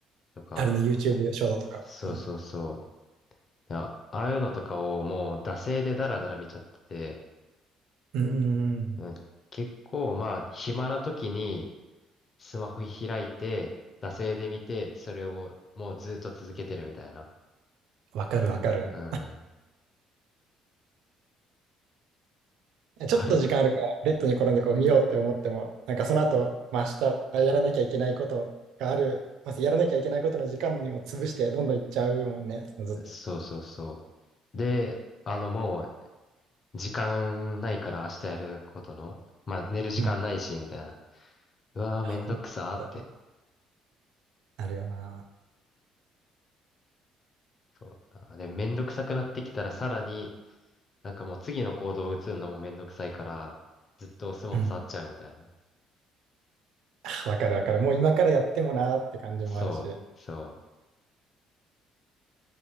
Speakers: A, on the left (about 25°); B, on the right (about 70°).
A: とか。
B: あるね、YouTube ショートとか。
A: そうそうそ
B: うん。
A: う。あ、ああいうのとかをもう惰性でダラダラ見ちゃってて、
B: うんうんうん
A: うん、結構まあ、暇な時に、スマホ開いて、惰性で見て、それをもうずっと続けてるみたいな。
B: わかるわかる。
A: うん。あれ
B: ちょっと時間あるから、ベッドに転んでこう見ようって思っても、なんかその後、まあ、明日やらなきゃいけないことがある、まずやらなきゃいけないことの時間にも潰して、どんどんいっちゃうもんね、そのずっと。
A: そうそうそう。で、あのもう、時間ないから明日やることの、まあ寝る時間ないし、
B: うん。
A: みたいな。うわーめんどくさーって。
B: ほんとになるよな。
A: そうだな。で、めんどくさくなってきたらさらに、なんかもう次の行動を移るのもめんどくさいから、ずっとスマホ触っちゃうみたいな。
B: うん。あわかるわかる。もう今からやってもなーって感じもあるし。
A: そう、
B: い
A: そう。